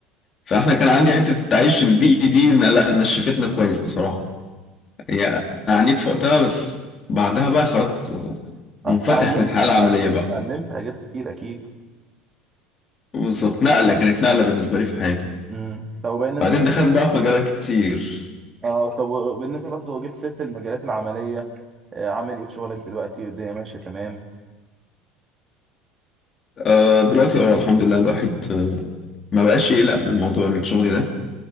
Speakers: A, on the left (about 35°); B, on the right (about 25°).
A: فاحنا كان عندي حتة التعايش البيئي دي إن- لا نشفتنا كويس بصراحة هي أنا عانيت في وقتها بس بعدها بقى خرجت
B: اتعلمت
A: منفتح للحياة
B: اتعلمت
A: العملية بقى
B: اتعلمت حاجات كتير اكيد
A: بالظبط نقلة كانت نقلة بالنسبة لي في حياتي
B: امم طب بما ان انت
A: بعدين دخلت بقى في مجالات كتير
B: اه طب بالنسبه برضه جبت سيره المجالات العمليه آه، عامل ايه في شغلك دلوقتي والدنيا ماشيه تمام
A: آه، دلوقتي اه الحمد لله الواحد آه، ما بقاش يقلق من موضوع الشغل ده